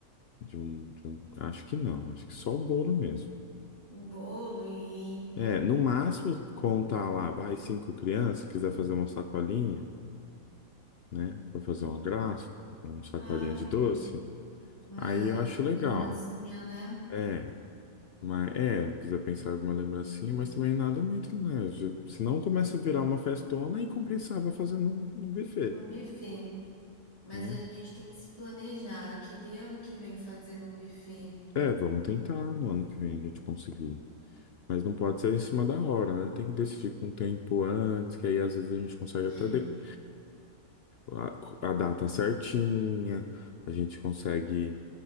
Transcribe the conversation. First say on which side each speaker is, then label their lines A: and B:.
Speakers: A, on the left; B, on the left.
A: de um, de um... Acho que não, acho que só o bolo mesmo.
B: O bolo e
A: É, no máximo, contar lá, vai cinco crianças, quiser fazer uma sacolinha, né? Pra fazer uma graça, uma sacolinha
B: ah,
A: de doce.
B: é. uma
A: Aí eu acho legal.
B: lembrancinha, né?
A: É, Mas é, quiser pensar em alguma lembrancinha, mas também nada muito, né? Já- Senão começa a virar uma festona e compensava fazer num, num buffet,
B: Um buffet. Mas
A: né?
B: a gente tem que se planejar. Eu queria ano que vem fazer um buffet.
A: É, vamos tentar no ano que vem a gente conseguir. Mas não pode ser em cima da hora, né? Tem que decidir com o tempo antes, que aí às vezes a gente consegue
B: É.
A: até de- a, a data certinha, a gente consegue